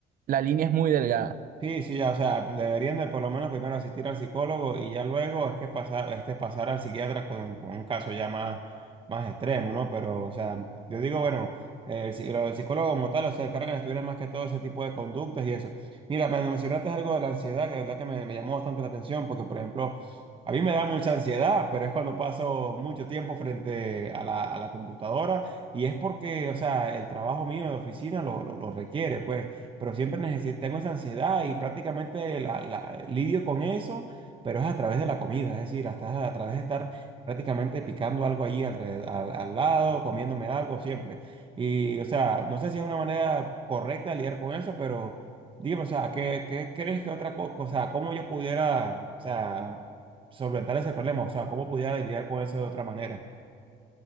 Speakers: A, on the right; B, on the right.
A: la línea es muy delgada.
B: Sí, sí, ya, o sea, deberían de por lo menos primero asistir al psicólogo y ya luego es que pasar, este, pasar al psiquiatra con, con un caso ya más, más extremo, ¿no? Pero, o sea, yo digo, bueno, eh, el, psi- lo del psicólogo como tal, o sea, se encargan de estudiar más que todo ese tipo de conductas y eso. Mira, me mencionaste algo de la ansiedad, que de verdad que me, me llamó bastante la atención, porque, por ejemplo, a mí me da mucha ansiedad, pero es cuando paso mucho tiempo frente a la, a la computadora y es porque, o sea, el trabajo mío de oficina lo, lo lo requiere, pues pero siempre necesito, tengo esa ansiedad y prácticamente la, la- lidio con eso, pero es a través de la comida, es decir, hasta a través de estar prácticamente picando algo allí alrededor, al, al lado, comiéndome algo siempre. Y, o sea, no sé si es una manera correcta de lidiar con eso, pero dígame, o sea, ¿qué, qué crees que otra cosa, o sea, cómo yo pudiera, o sea, solventar ese problema, o sea, cómo pudiera lidiar con eso de otra manera?